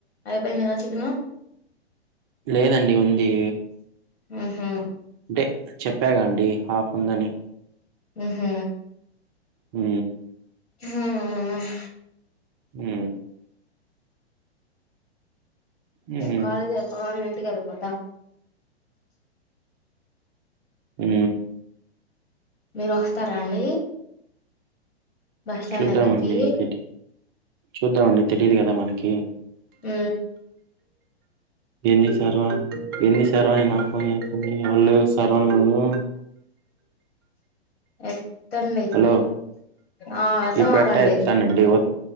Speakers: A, on the left; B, on the right.
A: అయిపోయింది గా చికెన్
B: లేదండి ఉంది
A: హ్ హు
B: అంటే చెప్పాగా అండి హాఫ్ ఉందని.
A: హ్ హు
B: హ్
A: హ్ హు
B: హ్ హ్మ్.
A: కాలేజీ అయిపోగానే ఇంటికి ఎల్లిపోతాం
B: హు
A: మీరు వస్తారా అండి బస్ స్టాండ్
B: చూద్దామండి
A: దగ్గరికి
B: తె చూద్దామండి తెలీదు కదా మనకి కి
A: ఉ
B: ఎన్ని సర్వ ఎన్ని సర్వానా కొన్ని <unintelligible> సర్వని వాళ్ళు
A: ఏ ఎత్తండి
B: హలో
A: ఆ ఏత్తమాకండి
B: ఈ పెట్ట ఎత్తుతానండి. వద్